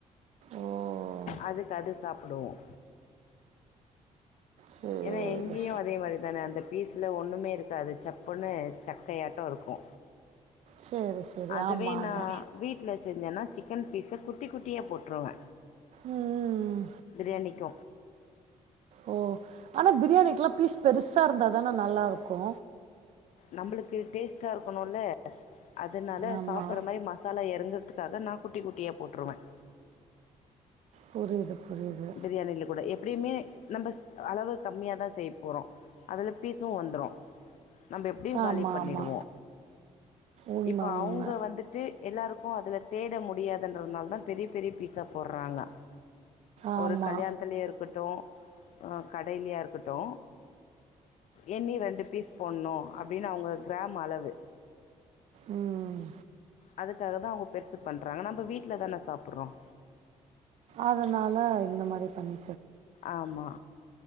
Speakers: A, on the right (about 60°); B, on the left (about 65°).
A: ஓ!
B: அதுக்கு அது சாப்பிடுவோம்
A: சரி.
B: ஏன்னா எங்கேயும் அதே மாதிரி தானே அந்த பீஸ் ல ஒன்னுமே இருக்காது சப்புன்னு சக்கையாட்டோ இருக்கோ
A: சேரி சேரி
B: அதுவே
A: ஆமா ஆமா
B: நான் வீட்டு்ல செஞ்சேன்னா சிக்கன் பீஸ் குட்டி குட்டி தீய போட்ருவ
A: ம்
B: பிரியாணிக்கு
A: ஓ ஆனா பிரியாணிக்குலா பீஸ் பெருசா இருந்தாதானா நல்லா இருக்கோ
B: நம்முளுக்கு டேஸ்டா இருக்கணோனு அதனால
A: ஆமா
B: சாப்பிட்ற மாரி மசாலா இறங்கறதுக்காக நான் குட்டி குட்டியாக போட்டுருவேன்
A: புரியுது புரியுது
B: பிரியாணில கூட எப்ப அப்டியுமே நம்ம அளவு கம்மியாதா செய்ய போறோ அதுல பீஸு வந் ம் நம்ம எப்டியு காலி
A: ஆமா
B: பண்ணிடுவோ
A: ஆமா உண்ம
B: இப்ப
A: உண்ம
B: அவுங்க வந்துட்டு எல்லாருக்கோ ப்ப அதில தேட முடியாதுன்றதுனால தான் பெரிய பெரிய பீஸா போட்றாங்க
A: ஆமா
B: ஒரு கல்யாணத்துலயே இருக்கட்டோ கடையலயா இருக்கட்டோ எண்ணி ரெண்டு பீஸ் போட்ணோ அப்டீனு அவுங்க கிராம் அளவு
A: ம்
B: அதுக்காகதா அவங்க பெருசு பண்றாங்க நம்ம வீட் வீட்ல தான சாப்பட்றோம்
A: அதனால இந்த மாரி பண்ணி
B: ஆமா